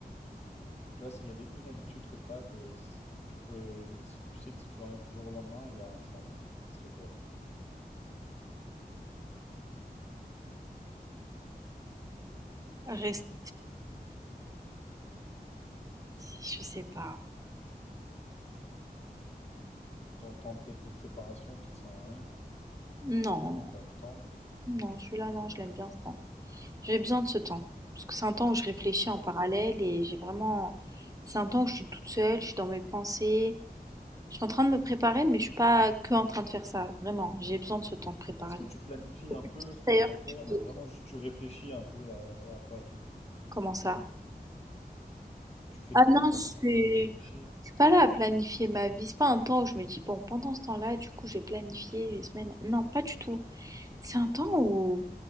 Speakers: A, on the left; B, on the right.
A: Tu vois, s'il y avait une habitude que tu as, que s- tu peux, si tu sais que si tu l'enlèves du jour au lendemain, il y a un changement. Ce serait quoi?
B: Reste... Je sais pas.
A: Ton temps peut-être de préparation qui te sert à rien,
B: Non, non,
A: tu perds du temps.
B: non, celui-là, non, je l'aime bien ce temps. J'ai besoin de ce temps. Parce que c'est un temps où je réfléchis
A: Ok.
B: en parallèle et j'ai vraiment. C'est un temps où je suis toute seule, je suis dans mes pensées. Je suis en train de me préparer, mais je suis pas que en train de faire ça. Vraiment, j'ai besoin de ce temps de préparation.
A: Est-ce que tu planifies
B: C'est
A: un
B: pour
A: peu
B: ça,
A: ce que
B: D'ailleurs,
A: tu vas
B: que
A: faire
B: je
A: ou
B: veux-
A: vraiment juste tu réfléchis un peu à, un peu à tout?
B: comment ça?
A: Tu fais
B: Ah
A: quoi
B: non,
A: pendant
B: c'est.
A: ce temps quand tu réfléchis?
B: Je suis pas là à planifier ma vie. C'est pas un temps où je me dis, bon, pendant ce temps-là, du coup, je vais planifier les semaines. Non, pas du tout. C'est un temps où